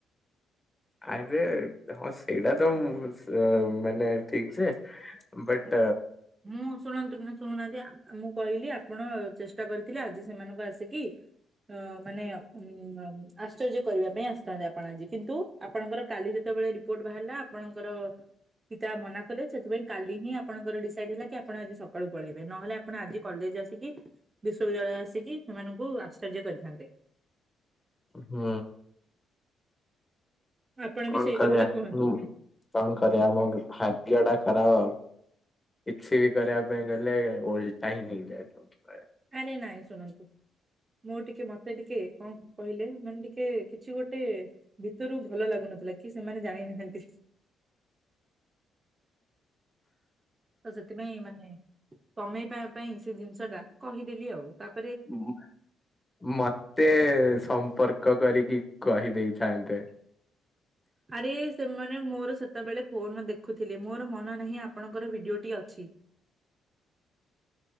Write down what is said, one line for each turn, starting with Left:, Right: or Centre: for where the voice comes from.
Left: ଆରେ ହଁ ସେଇଟା ତ ଅ ମାନେ ଠିକ ଯେ ବଟ
Right: ମୁଁ ଶୁଣନ୍ତୁ କି ଶୁଣୁନାହାନ୍ତି ଆ ମୁଁ କହିଲି ଆପଣ ଚେଷ୍ଟା କରିଥିଲେ ଆଜି ସେମାନଙ୍କୁ ଆସିକି ଅ ମାନେ ଉ ଆଶ୍ଚର୍ଯ୍ୟ କରିବା ପାଇଁ ଆସିଥାନ୍ତି ଆପଣ ଆଜି କିନ୍ତୁ ଆପଣଙ୍କର କାଲି ଯେତେବେଳେ ଯେତେବେଳ ରିପୋର୍ଟ ବାହାରିଲା ଆପଣଙ୍କର ପିତା ମନା କଲେ ସେଥିପାଇଁ କାଲି ହିଁ ଆପଣଙ୍କର ଡିସ କି ଆପଣ ଆଜି ସକାଳୁ ପଳେଇବେ ନହେଲେ ଆପଣ ଆଜି କଲେଜ ଆସିକି ବିଶ୍ୱବିଦ୍ୟାଳୟ ଆସିକି ସେମାନଙ୍କୁ ଆସ୍- ଆସଜ୍ୟ କରିଥାନ୍ତେ।
Left: ହୁଁ।
Right: ଆପଣ
Left: କଣ
Right: ବି ସେଇ
Left: କରିବା
Right: କଥାଟା କୁହନ୍ତୁ।
Left: ହଁ କଣ କରିବା ମୋ ଭାଗ୍ୟ ଟା ଖରାପ ଆଉ କିଛି ବି କରିବା ପାଇଁ ଗଲେ ଓଲଟା ହିଁ ହେଇଯାଏ ସବୁ।
Right: ଆରେ ନାଇଁ ଶୁଣନ୍ତୁ। ମୁଁ ଟିକେ ମତେ ଟିକେ କଣ କହିଲେ ମାନେ ଟିକେ କିଛି ଗୋଟେ ଭିତରୁ ଭଲ ଲାଗୁନି। ନଥିଲା କି ସେମାନେ ଜାଣିନାହାନ୍ତି। ତ ସେଥିପାଇଁ ମାନେ କମେଇବା ପାଇଁ ସେ ଜିନିଷ ଟା କହିଦେଲି ଆଉ ତାକୁ
Left: ଉ ମତେ ସମ୍ପର୍କ କରି କି କହିଦେଇଥାନ୍ତେ।
Right: ଆରେ ସେମାନେ ମୋର ସେତେବେଳେ ଫୋନ ଦେଖୁଥିଲି ମୋର ମନ ନାହିଁ ଆପଣଙ୍କର ଭିଡିଓଟି ଅଛି।